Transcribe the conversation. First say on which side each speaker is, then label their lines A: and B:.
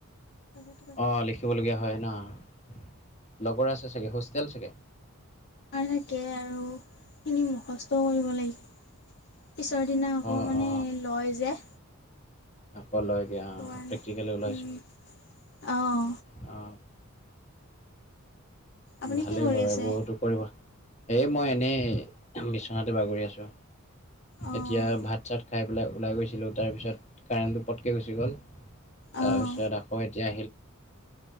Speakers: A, on the left; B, on the left.
A: তাৰপিছত
B: অ' লিখ কিবলগীয়া হয় ন, লগৰ আছে চাগে, হোষ্টেল চাগে।
A: মাৰ থাকে আৰু, সেইখিনি মুখস্থও কৰিব লাগ পিছৰ দিনা আকৌ
B: অ
A: মানে
B: অ
A: লয় যে
B: <unintelligible>
A: সেইটো কাৰণে
B: প্ৰেক্টিকেললৈ ওলাইছো।
A: উম অঁ
B: অ',
A: আপুনি
B: ভালেই
A: কি কৰি
B: বাৰু,
A: আছে
B: এইবোৰটো কৰিব এই মই এনেই, বিচনাতে বাগৰি আছোঁ,
A: অঁ
B: এতিয়া ভাত চাত খাই ওলাই-ওলাই গৈছিলোঁ, তাৰপিছত কাৰেণ্টটো পটকে গুচি গ'ল, তাৰপিছত
A: অঁ
B: আকৌ এতিয়া